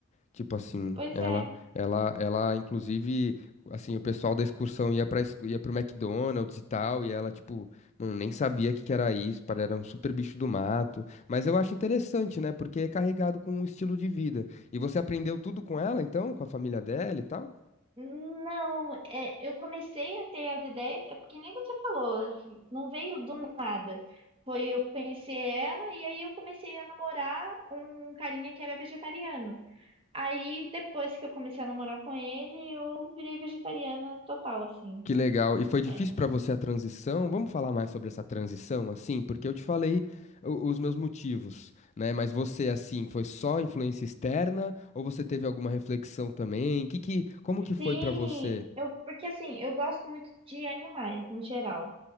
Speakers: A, on the left; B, on the right.
A: Tipo assim,
B: Pois
A: ela,
B: é.
A: ela, ela, inclusive, assim, o pessoal da excursão ia para ia pro McDonald's e tal, e ela, tipo, não, nem sabia o que que era isso, para era um super bicho do mato. Mas eu acho interessante, né? Porque é carregado com um estilo de vida. E você aprendeu tudo com ela, então, com a família dela e tal?
B: Não, é, eu comecei a ter as ideias, é porque nem você falou, não veio do nada. Foi eu conhecer ela e aí eu comecei a namorar um carinha que era vegetariano. Aí, depois que eu comecei a namorar com ele, eu virei vegetariana total, assim.
A: Que legal. E foi difícil
B: É.
A: para você a transição? Vamos falar mais sobre essa transição, assim? Porque eu te falei o- os meus motivos, né? Mas você, assim, foi só influência externa ou você teve alguma reflexão também? Que que, como que foi
B: Sim,
A: para você?
B: eu, porque assim, eu gosto muito de animais, no geral.